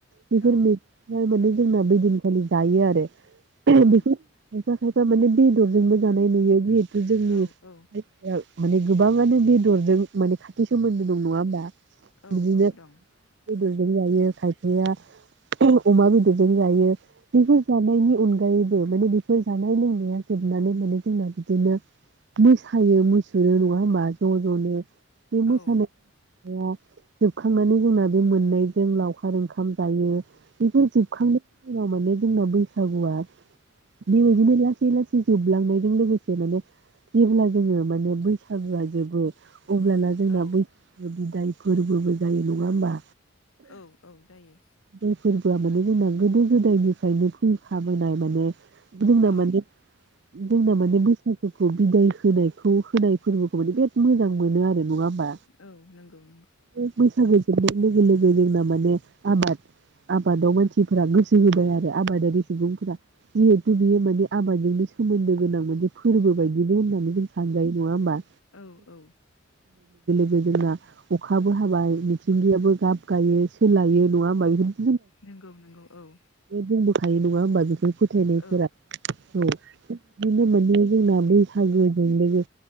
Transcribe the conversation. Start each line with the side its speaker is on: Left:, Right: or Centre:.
Right: <unintelligible>
Left: औ
Right: जोंनाबो दिनखालि जायो आरो। बेखौ
Left: औ
Right: खायफा खायफा माने बेदरजों बो जानाय नुयो गोदोनि
Left: औ
Right: <unintelligible> माने गोबाङानो बेदरजों माने खाथ थि सोमोन्दो दं नङा होमबा?
Left: औ
Right: बिदिनो
Left: औ दं
Right: बेदरजों जायो खाय गैया अमा बेदरजों जायो बेफोर जानायनि अनगायैबो माने बेफोर जानाय लोंनाया जोबनानै माने जोंना बिदिनो मोसायो मुसुरो नङा होमबा ज' ज'नो बे मोसानाया
Left: औ
Right: जोबखांनानै जोंना <unintelligible> मोननायजों लावखार ओंखाम जायो। बेफोर जोबखांनाय माने जोंना बैसागुआ बेबायदिनो लासै लासै जोबलांनायजों लोगोसे माने जेब्ला जोङो माने बैसागुआ जोबो अब्लाना जोंना
Left: औ
Right: <unintelligible> जाय फोरबोबो जायो नङा होमबा?
Left: औ औ जायो।
Right: जाय फोरबोआ माने जोंना गोदो गोदो गोदायनिफ्रायनो फैखाबोनाय माने जोंना
Left: औ
Right: माने जोंना माने बैसागु खौ बिदाय होनायखौ होनाय फोरबोखौ माने बिराद मोजां मोनो आरो नङा बा
Left: औ नंगौ नंगौ
Right: <unintelligible> बैसागु लोगो लोगो जोंना माने आबाद आबादाव मानसिफोरा गोस सोलिबाय आरो आबादारि सुबुंफोरा जिहेथु बियो माने आबादजोंनो सोमोन्दो गोनां मोनसे फोरबो बायदिबो होननानै जों सानजायो। नङा होमबा?
Left: औ औ
Right: <unintelligible> नै जोंना अखाबो हाबाय मिथिंगायाबो गाब गायो सोलायो नङा होमबा बेफोर
Left: नोंगौ नोंगौ औ।
Right: बुंबोखायो नङा होमबा बेफोर फोथायनायफोरा
Left: औ
Right: औ बिदिनो मोने जोंना बैसागोजों लोगो